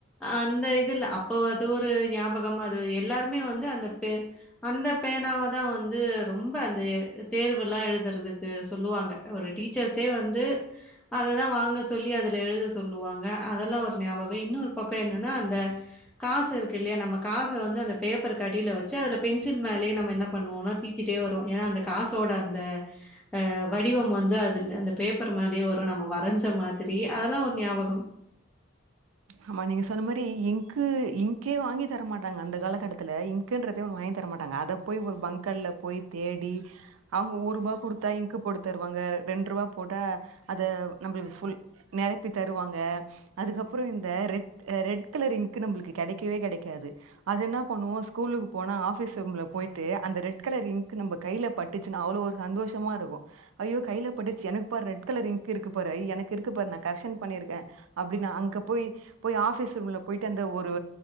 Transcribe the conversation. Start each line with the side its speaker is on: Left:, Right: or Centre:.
Centre: அந்த இதுல அப்ப அது ஒரு ஞாபகம அது எல்லாருமே வந் து அந்த பெ அந்த பேனாவ தா வந் து ரொம்ப அந்த தேர்வெல்லா எழுதுறதுக்கு சொல்லுவாங்க ஒரு டீச்சர்ஸ்சே வந்து அததா வாங்க சொல்லி அதுல எழுத சொல்லுவாங்க அதல்லா ஒரு ஞாபகோ இன்னொரு பக்கோ என்னன்னா அந்த காசு இருக்கில்லயா நம்ம காச வந்து அந்த பேப்பர்க்கு அடீல வெச்சு அதுல பென்சில் மேலயே நம்ம என்ன பண்ணுவோன தீச்சிட்டே வருவோ ஏனா அந்த காசோட அந்த அ வடிவம் வந்து திந்த அந்த பேப்பர் மேலயே வரு நம்ம வரஞ்ச மாத்ரியே அதெல்லா ஒரு ஞாபகம்
Right: ஆமா நீங்க சொன்ன மாரி இங்க்கு இங்க்கே வாங்கி தரமாட்டாங்க அந்த காலகட்டத்துல இ ங்க்குன்றதே ஒன்னு வாங்கி தர மாட்டாங்க அத போய் ஒரு பங்கர்ல்ல போய் தேடி அவுங்க ஒருபா குடுத்தா இங்க்கு போட்டு தருவாங்க ரெண்ருவா போட்டா அத நம்பளுக் ஃபுல் நெரப்பி தருவாங்க அதுக்கப்றோ இந்த ரெட் ரெட் கலர் இங்க்கு நம்பளுக்கு கெடைக்கவே கெடைக்காது அது என்னா பண்ணுவோ ஸ்கூலுக்கு போனா ஆபிஸ் ரூம்ல போயிட்டு அந்த ரெட் கலர் இங்க்கு நம்ப கைல பட் டுச்சின்னா அவ்ளோ ஒரு சந்தோஷமா இருக்கு ஐயோ கைல பட்டுச்சி எனுக் பாரு ரெட் கலர் இங்க்கு இருக்கு பாரு ஐ எனுக் இருக்கு பாரு நா கர்ஷன் பண்ணிருக்கே அப்டின் அங்க போய் போய் ஆபிஸ் ரூம்ல போயிட்டு அந்த ஒரு